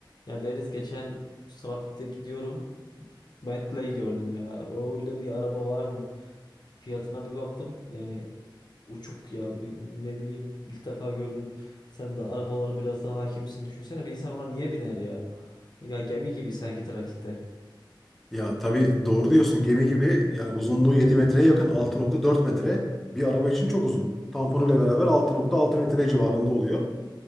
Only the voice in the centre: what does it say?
Ya tabii doğru diyorsun gemi gibi yani uzunluğu 7 metreye yakın altı nokta dört metre bir araba için çok uzun. Tamponuyla beraber altı nokta altı metre civarında oluyor.